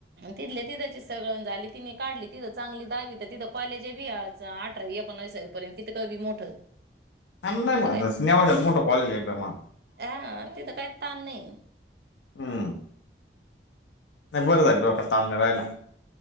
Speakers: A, on the right; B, on the left.
A: तिथल्या तिथेच हे सगळ. झाली तिने काढली चांगली दहावी तर तिथं कॉलेजे बी हे आज. आठरावी एकोणासावीपर्यंत कितक बी मोठं.
B: आण् लई
A: तिथं
B: महत्त्वाचं, नेवाजात मोठ कॉलेज एकदम हा.
A: अ तिथं काही ताण नाही.
B: हम् नाही बरं झालं डोक्याला ताण नाही राहिला.